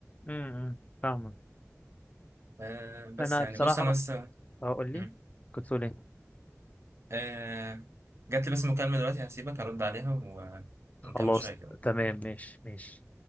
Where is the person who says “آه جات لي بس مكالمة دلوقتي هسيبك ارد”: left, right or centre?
Right